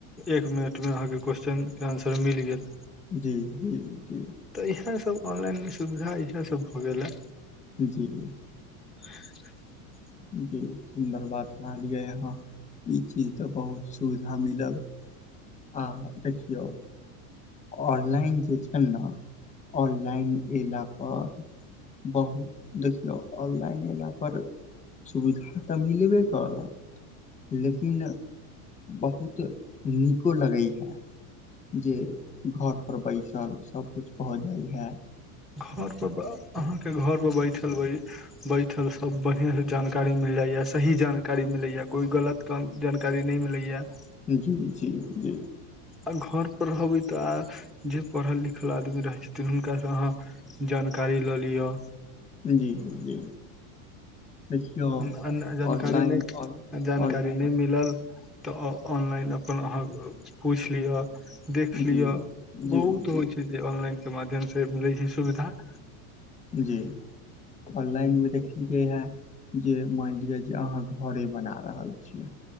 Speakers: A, in the centre; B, on the left (about 15°).
A: एक मिनटमे अहाँके क्वेेश्चनके आन्सर मिल गेल।
B: जी जी जी।
A: तऽ इहे सब ऑनलाइन मे सुविधा इएहे सभ भ गेले।
B: जी जी।
A: <inaudible>
B: जी सुन्दर बात रहलियै अहाँ। ई चीज तऽ बहुत सुविधा मिलल आ देखियौ। ऑनलाइन जे छै न ऑनलाइन अयला प -- बहुत देखियौ ऑनलाइन अयला पर- - सुविधा तऽ मिलबे क रऽ। लेकिन बहुत नीको लगै है। जे घरपर बैसल सभकिछु भऽ जाइ या- -
A: घरपर अहाँके घरपर बैठल बै बैठल सब बढ़िया से जानकारी मिल जाइया सही जानकारी मिलैया कोई गलत -- कम जानकारी नहि मिलै या- -
B: जी- जी -जी- -
A: आ घर पर रहबै तऽ आ जे पढ़ल लिखल आदमी रहै छथिन। हुनका से अहाँ जानकारी लऽ लिअ।
B: जी- जी -जी। देखियौ
A: जान जानकारी
B: ऑनलाइन
A: नहि
B: ऑनलाइन
A: -जानकारी नहि मिलल तऽ ऑनलाइन अपन अहाँ पूछि लिअ। देख लिअ
B: जी जी
A: बहुत
B: जी
A: होइ छै, जे ऑनलाइनके माध्यम से मिलैत छै सुविधा- -
B: जी ऑनलाइन मे देखलियै है। जे मानि लिअ जे अहाँ घरे बना रहल छियै।